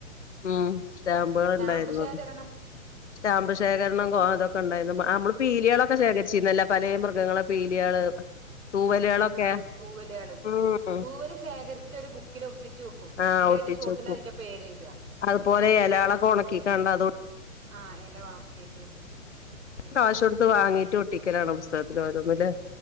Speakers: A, on the left; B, on the right.
A: ഉം സ്റ്റാമ്പുകൾ
B: സ്റ്റാമ്പ്
A: ഇണ്ടായിരുന്നു
B: ശേഖരണം
A: സ്റ്റാമ്പ് ശേഖരണം കോ അതൊക്കെ ഉണ്ടായിരുന്നു നമ്മള് പീലികളൊക്കെ
B: പി
A: ശേഖരിച്ചിരുന്നല്ലോ പലെ മൃഗങ്ങളെ പീലികള് തൂവലുകളൊക്കെ
B: ആഹ് ആഹ് തൂവ തൂവലകള്
A: ഉം
B: തൂവല് ശേഖരിച്ച് ഒരു ബുക്കില് ഒട്ടിച്ചു വെക്കും
A: ആഹ്
B: എന്നിട്ട്
A: ഒട്ടിച്ചു
B: അതിന്റെ ചോട്ടില്
A: വെക്കും
B: അതിന്റെ പേരെഴുതുക
A: അതുപോലെ എലകളൊക്കെ ഒണക്കിക്കണ്ട അതും-
B: ആഹ് എല ഒണക്കീട്ട്- ഉം ഉം
A: കാശ് കൊടുത്ത് വാങ്ങീട്ട് ഒട്ടിക്കലാണ് പുസ്തകത്തിൽ ഓരോന്നില്